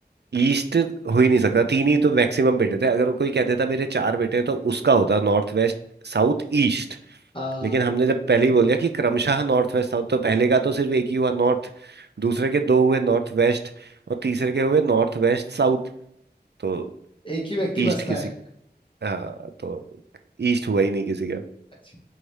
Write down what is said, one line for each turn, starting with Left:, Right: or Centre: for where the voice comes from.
Right: ईस्ट हो ही नहीं सकता तीन ही तो मैक्सिमम बेटे थे अगर कोई कह देता मेरे चार बेटे हैं तो उसका होता नॉर्थ वेस्ट साउथ ईस्ट
Left: आ,
Right: लेकिन हमने जब पहले ही बोल दिया कि क्रमशः नॉर्थ वेस्ट साउथ तो पहले का तो सिर्फ एक ही हुआ नॉर्थ दूसरे के दो हुए नॉर्थ वेस्ट और तीसरे के हुए नॉर्थ वेस्ट साउथ तो
Left: एक ही व्यक्ति बसता
Right: ईस्ट किसी
Left: है
Right: हाँ तो ईस्ट हुआ ही नहीं किसी का
Left: अच्छा